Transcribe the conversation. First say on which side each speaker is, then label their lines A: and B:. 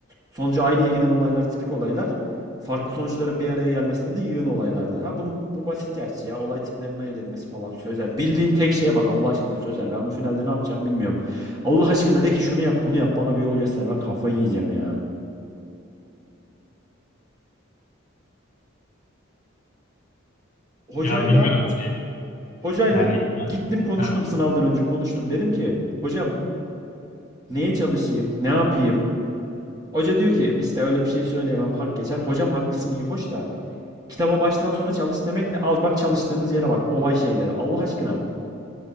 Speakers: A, on the right (about 20°); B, on the left (about 35°).
A: Sonucu aynıya giden olaylar tipik olaylar. Farklı sonuçların bir araya gelmesinde de yığın olaylardı. Ha bu, bu basit gerçi ya. Olay tiplerini ayırt etmesi falan. Sözel. Bildiğim tek şeye bak Allah aşkına Sözel. Ben bu finalde ne yapacağım bilmiyorum. Allah aşkına de ki şunu yap bunu yap bana bir yol göster. Ben kafayı yiyeceğim ya. Hocayla
B: Ya bilmiyorum şeyi.
A: hocayla
B: Yani
A: gittim konuştum
B: ha.
A: sınavdan önce konuştum. Dedim ki hocam neye çalışayım ne yapayım Hoca diyor ki işte öyle bir şey söyleyemem hak geçer. Hocam haklısın iyi hoş da kitaba baştan sona çalış demekle al bak çalıştığımız yere bak olay şeylere Allah aşkına.